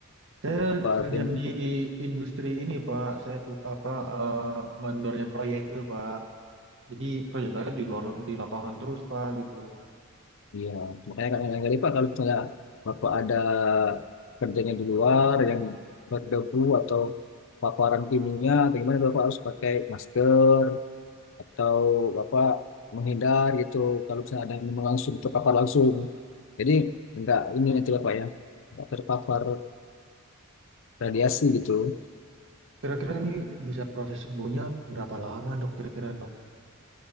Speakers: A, on the right; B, on the left.
A: Saya
B: Apa
A: kerja
B: yang
A: di industri ini Pak. Saya tuh apa eh, mandornya proyek gitu Pak. Jadi kerja saya di luar di lapangan terus Pak gitu.
B: iya, makanya kan yang tadi Pak kalau misalnya Bapak ada kerjanya di luar yang berdebu atau paparan kimia atau gimana Bapak harus pakai masker atau Bapak menghindar gitu kalau misalnya ada yang memang langsung terpapar langsung. Jadi enggak ini nanti Bapak ya, enggak terpapar radiasi gitu.
A: Kira-kira ini bisa proses sembuhnya berapa lama dok? Kira-kira dok?